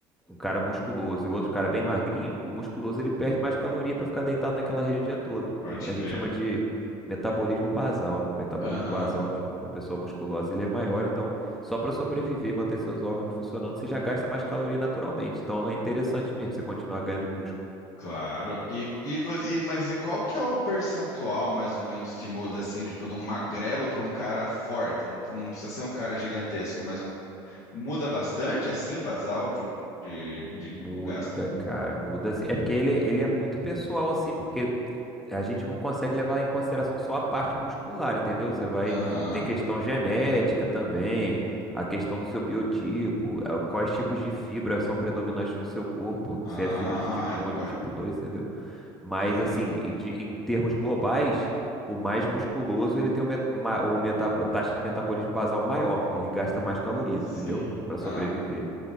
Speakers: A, in the centre; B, on the left.
A: um cara musculoso e o outro cara bem magrinho, o musculoso ele perde mais caloria para ficar deitado naquela rede o dia todo.
B: pode
A: A
B: crer.
A: gente chama de metabolismo basal. O metabolismo
B: Aham,
A: basal de um, uma pessoa musculosa, ele é maior, então só para sobreviver, manter seus órgãos funcionando, você já gasta mais caloria naturalmente. Então é interessante mesmo você continuar ganhando músculo.
B: claro. E, e, vo- e- mas e qual que é o percentual, mais ou menos, que muda assim, tipo, de um magrelo para um cara forte? Não, não precisa ser um cara gigantesco, mas um, muda bastante assim o basal de um de,
A: Muda,
B: de- o gasto.
A: cara, muda. assim. É porque ele, ele é muito pessoal, assim, porque a gente não consegue levar em consideração só a parte muscular, entendeu? Você vai.
B: Aham.
A: Tem questão genética também, a questão do seu biotipo, a- quais tipos de fibras são predominantes no seu corpo,
B: Ah,
A: se é fibra de tipo
B: é,
A: um e
B: por-
A: do tipo dois entendeu? Mas,
B: aham.
A: assim, e de- em termos globais, o mais musculoso ele tem o met- ma- o metabo- taxa de metabolismo basal maior, ele gasta mais calorias,
B: Sim.
A: entendeu? Para sobreviver.
B: Ah,